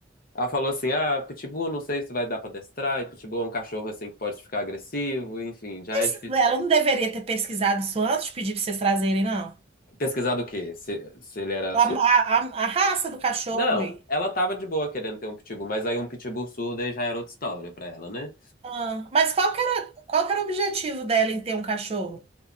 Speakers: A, on the left; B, on the right.
A: Ela falou assim: ah, pitbull não sei se vai dar pra adestrar, e pitbull é um cachorro assim que pode ficar agressivo, enfim, já
B: Mas
A: é difícil.
B: ela não deveria ter pesquisado isso antes, de pedir para vocês trazerem, não.
A: Pesquisar do quê? Se, se ele era
B: A,
A: surdo?
B: a- a- a raça do cachorro.
A: Não,
B: e-
A: ela tava de boa querendo ter um pitbull, mas aí um pitbull surdo aí já era outra história pra ela, né?
B: Ah, mas qual que era, qual que era o objetivo dela em ter um cachorro?